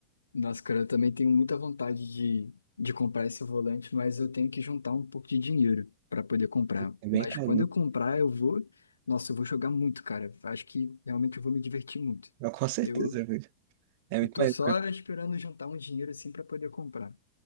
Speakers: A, on the left; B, on the right.
A: Nossa, cara, eu também tenho muita vontade de, de comprar esse volante, mas eu tenho que juntar um pouco de dinheiro para poder comprar.
B: É bem
A: Mas
B: carinho.
A: quando eu comprar, eu vou. Nossa, eu vou jogar muito, cara. Acho que realmente eu vou me divertir muito.
B: Com certeza,
A: Eu,
B: É muito
A: eu tô
B: mais.
A: só esperando juntar um dinheiro assim para poder comprar.